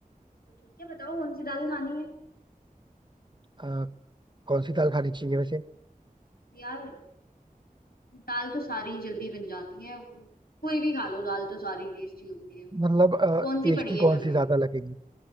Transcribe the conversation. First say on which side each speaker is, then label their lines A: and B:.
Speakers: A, on the left; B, on the right.
A: तो ठीक है बताओ कौन सी दाल खानी है
B: अ, कौन सी दाल खानी चाहिए वैसे
A: यार दाल तो सारी जल्दी बन जाती है कोई भी खा लो दाल तो सारी टेस्टी होती है
B: मतलब
A: तो कौन सी
B: टेस्टी
A: पड़ी है
B: कौन
A: घर में
B: सी ज्यादा लगेगी